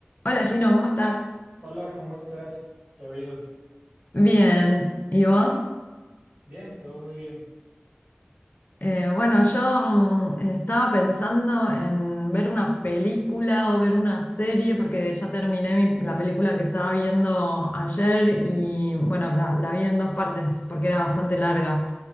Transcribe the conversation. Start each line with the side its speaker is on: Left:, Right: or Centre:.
Left: Hola Gino, ¿cómo estás?
Right: Hola, ¿cómo estás? ¿Qué ha habido?
Left: Bien, ¿y vos?
Right: Bien, todo muy bien.
Left: Eh, bueno,
Right: Eh,
Left: yo mm, estaba pensando en ver una película o ver una serie porque ya terminé mi- la película que estaba viendo ayer y bueno, la, la vi en dos partes porque era bastante larga.